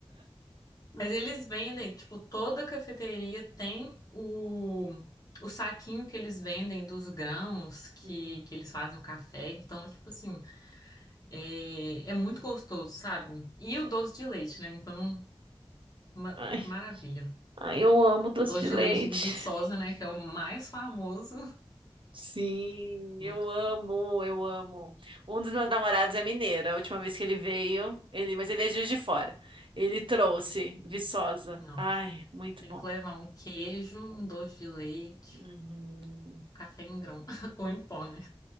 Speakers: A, on the left (about 40°); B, on the right (about 55°).
A: Mas eles vendem, tipo, toda cafeteria tem o, o saquinho que eles vendem dos grãos que,
B: Hum.
A: que eles fazem o café. Então, tipo assim, é, é muito gostoso, sabe? E o doce de leite, né? Então, ma-
B: Ai,
A: maravilha.
B: ai, eu amo doce
A: Doce
B: de leite.
A: de leite de Viçosa, né? Que é o mais famoso.
B: Sim,
A: Muito.
B: eu amo, eu amo. Um dos meus namorados é mineiro. A última vez que ele veio, ele, mas ele é de Juiz de Fora. Ele trouxe Viçosa.
A: Não.
B: Ai, muito
A: Tem
B: bom.
A: que levar um queijo, um doce de leite,
B: Uhum.
A: um café em grão, <laughs> ou em pó, né?